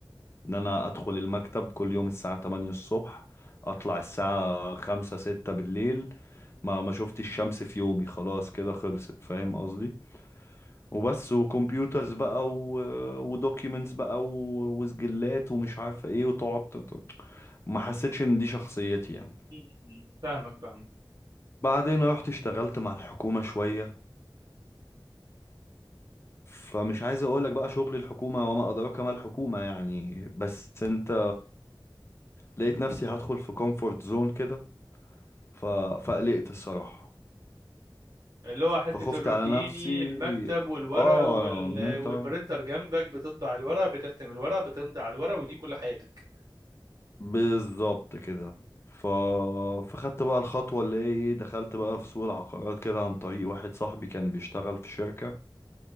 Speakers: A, on the left; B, on the right.
A: إن أنا أدخل المكتب كل يوم الساعة 8 الصبح أطلع الساعة 5 6 بالليل ما ما شفتش الشمس في يومي خلاص كده خلصت فاهم قصدي وبس وكمبيوترز بقى و... ودوكيومنتس بقى و... وسجلات ومش عارف ايه وتقعد ت- ت- ما حسيتش ان دي شخصيتي يعني
B: مم. فاهمك فاهمك
A: بعدين رحت اشتغلت مع الحكومة شوية فمش عايز اقولك بقى شغل الحكومة وما ادراك ما الحكومة يعني بس انت لقيت نفسي هدخل في كومفورت زون كده ف... فقلقت الصراحة
B: اللي هو حتة
A: فخفت
B: الروتيني
A: على نفسي
B: المكتب والورق
A: اه
B: وال...
A: ان انت
B: والبرنتر جنبك بتطبع الورق بتختم الورق بتمضي على الورق ودي كل حياتك
A: بالظبط كده ف... فخدت بقى الخطوة اللي هي ايه دخلت بقى في سوق العقارات كده عن طريق واحد صاحبي كان بيشتغل في شركة